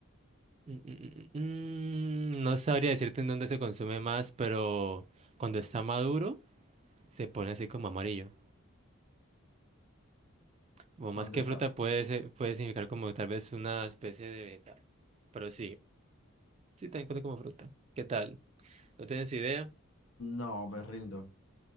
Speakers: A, on the right (about 30°); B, on the left (about 90°).
A: mm, mm, mm, mm, mm. no sabría decirte en dónde se consume más, pero cuando está maduro, se pone así como amarillo. O
B: Cuando
A: más que
B: está...
A: fruta puede ser- puede significar como tal vez una especie de vegetal. Pero sí, sí, también cuenta como fruta. ¿Qué tal? ¿No tienes idea?
B: No, me rindo.